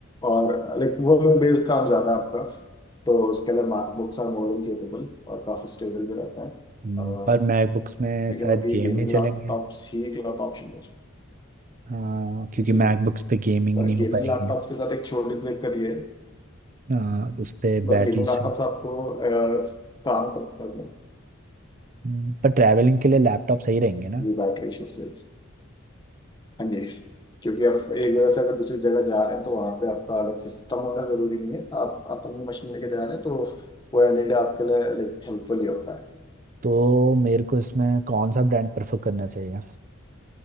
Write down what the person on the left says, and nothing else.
और लाइक वर्क बेस्ड काम ज्यादा है आपका तो उसके लिए MacBooks are more than capable और काफी स्टेबल भी रहते हैं
अह,
लेकिन
अभी
गेमिंग
लैपटॉप्स ही एक ऑप्शन है
जी
पर
गेमिंग
लैपटॉप के साथ एक छोटी सी दिक्कत ये है
मतलब
गेमिंग
लैपटॉप आपको अह, काम करता है
ये बैटरी इश्यूज के लिए। हाँ जी क्योंकि आप एक जगह से अगर दूसरी जगह जा रहे हैं तो वहाँ पे आपका अलग सिस्टम होना जरूरी नहीं है आप अपनी मशीन लेके जा रहे हैं तो वो एलईडी आपके लिए लाइक हेल्पफुल ही होता है